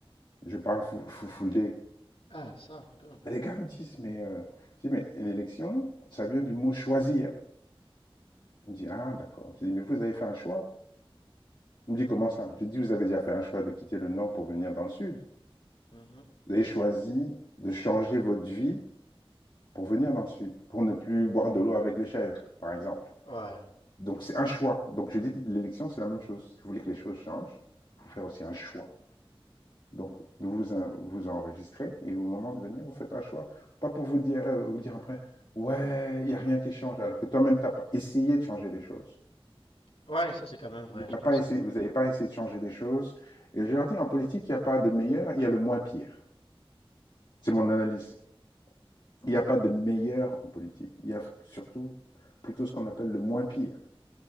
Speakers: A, on the left (about 55°); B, on the left (about 75°).
A: je parle fou, fou, foulé.
B: Ah, ça, cool.
A: Et les gars me disent Mais, euh, je dis, mais l'élection, ça vient du mot choisir. Il me dit Ah, d'accord. Je dis Mais vous avez fait un choix Il me dit Comment ça Je dis Vous avez déjà fait un choix de quitter le Nord pour venir dans le Sud.
B: Mhm.
A: Vous avez choisi de changer votre vie pour venir dans le Sud, pour ne plus boire de l'eau avec les chèvres, par exemple.
B: Ouais.
A: Donc c'est un choix. Donc je dis l'élection, c'est la même chose. Si vous voulez que les choses changent, il faut faire aussi un choix. Donc vous vous enregistrez et au moment de venir, vous faites un choix. Pas pour vous dire, euh, vous dire après, ouais, il n'y a rien qui change, alors que toi-même, tu n'as pas essayé de changer les choses.
B: Ouais, ça c'est quand même vrai,
A: Tu n'as
B: je pense
A: pas essayé,
B: que.
A: vous n'avez pas essayé de changer les choses. Et je leur dis, en politique, il n'y a pas de meilleur, il y a le moins pire. C'est mon analyse. Il n'y a pas de meilleur en politique. Il y a surtout plutôt ce qu'on appelle le moins pire.